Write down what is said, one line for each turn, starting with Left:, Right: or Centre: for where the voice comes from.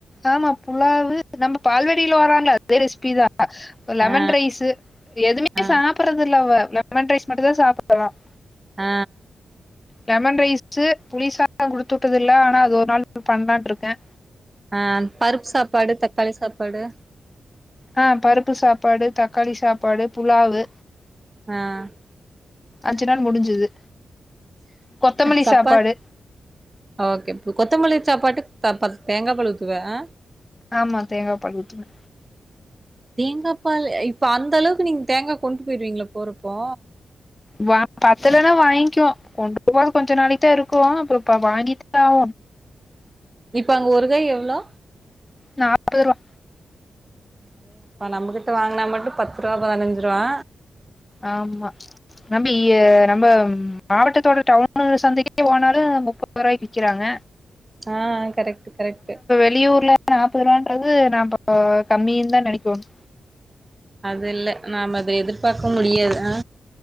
Left: ஆமா புலாவு நம்ம பால்வாடில வராங்கள அதே ரெசிபி தா <inaudible> லெமன்
Right: ஆ
Left: ரைஸு எதுமே
Right: ஆ
Left: சாப்பட்றதுல்ல அவ லெமன் ரைஸ் மட்டுதா சாப் <inaudible>
Right: அ
Left: லெமன் ரைஸு புலி <inaudible> குடுத்தூட்டதுல்ல அனா அது ஒரு நாள் பண்லான்ருக்க
Right: ஆ பருப்பு சாப்பாடு தக்காளி சாப்பாடு
Left: ஆ பருப்பு சாப்பாடு தக்காளி சாப்பாடு புலாவு
Right: அ
Left: அஞ்சு நாள் முடிஞ்சுது கொத்தமல்லி
Right: சப்பா
Left: சாப்பாடு
Right: ஓகே கொத்தமல்லி சாப்பாட்டுக் த பத் தேங்காபாலுத்துவ அ
Left: ஆமா தேங்காபால் ஊத்துவ
Right: தேங்காப்பால் இப்ப அந்த அளவுக்கு நீங்க தேங்கா கொண்ட்டு போயிடுவீங்கள போறப்போ
Left: வா பத்தலன்னா வாங்கிவோ <inaudible> போறது கொஞ்ச நாளைக்கு தா இருக்கு அப்பறோ இப்ப வாங்கிதா <inaudible>
Right: இப்ப அங்க ஒரு காய் எவ்வளோ
Left: நாப்பதுருவா
Right: நறையா இப்ப நம்பகிட்ட வாங்கனா மட்டு பத்து ருவா பதினஞ்சு ருவா
Left: ஆமா நம்பி நம்ப மாவட்டத்தோட டவுனு சந்தைக்கே போனாலு முப் <inaudible> ரூபாய் விக்கறாங்க
Right: ஆ கரெக்ட்டு கரெக்ட்டு
Left: வெளியூர்ல நாப்பது ரூபான்றது நம்போ கம்மினுதா நெனைக்கோனு
Right: அது இல்ல நாம அது எதிர்பார்க்கம் முடியாது